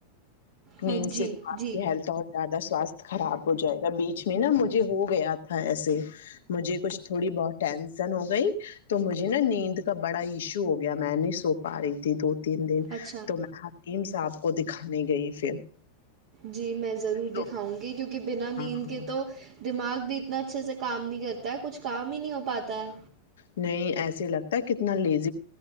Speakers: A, on the right (about 50°); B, on the left (about 60°).
A: ہاں
B: نیند سےپ
A: جی جی
B: کی ہیلتھ اور زیادہ سواستھ خراب ہو جائے گا بیچ میں نا مجھے ہو گیا تھا ایسے مجھے کچھ تھوڑی بہت ٹینسن ہو گئی تو مجھے نا نیند کا بڑا ایشو ہو گیا میں نہیں سو پا رہی تھی دو تین دن
A: اچھا
B: تو میں حیم صاحب کو دکھانانی گئی پھر
A: جی میں ضرور
B: تو
A: دکھاؤں گی کیونکہ بنا نیند
B: ہاں
A: کے تو دماغ بھی اتنا اچھے سے کام نہیں کرتا ہے کچھ کام ہی نہیں ہو پاتا ہے
B: نہیں ایسے لگتا ہے کتنا لیز